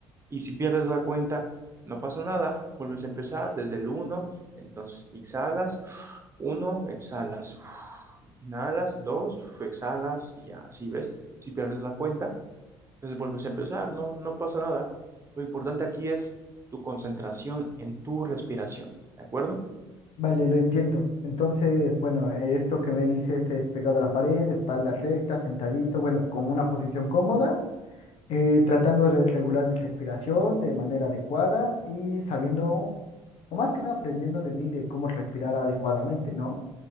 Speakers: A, on the right; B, on the left.
A: y si pierdes la cuenta, no pasa nada. Vuelves a empezar desde el uno. entonces exhalas, 1, exhalas, inhalas, 2, exhalas y ya así ves. Si pierdes la cuenta, entonces vuelves a empezar, no, no pasa nada. Lo importante aquí es tu concentración en tu respiración, ¿de acuerdo?
B: Vale, lo entiendo. Entonces, bueno, eh, esto que me dices es pegado a la pared, espalda recta, sentadito, bueno, como una posición cómoda, eh, tratando de regular mi respiración de manera adecuada y sabiendo, o más que nada aprendiendo de mí de cómo respirar adecuadamente, ¿no?